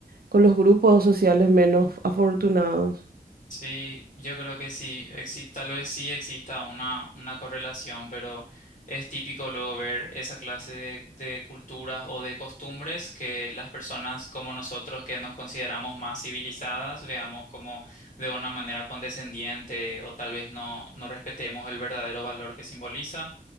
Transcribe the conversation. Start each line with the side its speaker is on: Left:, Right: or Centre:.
Right: con los grupos sociales menos afortunados.
Left: Sí, yo creo que sí, exi- tal vez sí exista una, una correlación, pero es típico luego ver esa clase de, de culturas o de costumbres que las personas como nosotros que nos consideramos más civilizadas veamos como de una manera condescendiente o tal vez no, no respetemos el verdadero valor que simboliza.